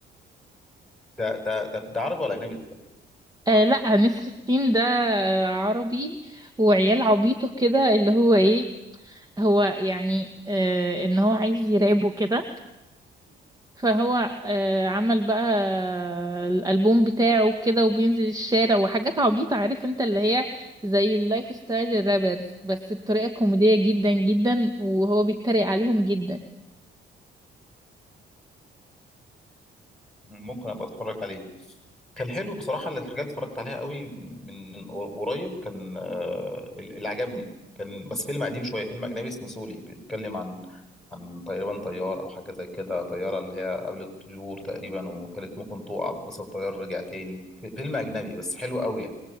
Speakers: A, in the centre; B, on the right.
A: ده ده ده, ده عربي ولا اجنبي ده
B: آه لا نسر السين ده عربي وعيال عبيطه كده اللي هو ايه هو يعني آه ان هو عايز يراب وكده فهو آه عمل بقى آه، الالبوم بتاعه كده وبينزل الشارع وحاجات عبيطة عارف انت اللي هي زي اللايف ستايل الرابرز بس بطريقة كوميدية جدا جدا وهو بيتريق عليهم جدا
A: ممكن ابقى اتفرج عليه كان حلو بصراحه اللي- الحاجه اللي اتفرجت عليها قوي من من قريب كان آه، اللي عجبني كان بس فيلم قديم شويه فيلم اجنبي اسمه سولي بيتكلم عن عن تقريبا طيار او حاجه زي كده طياره اللي هي قبل الطيور تقريبا وكانت ممكن تقع بس الطيار رجع تاني في- فيلم اجنبي بس حلو قوي يعني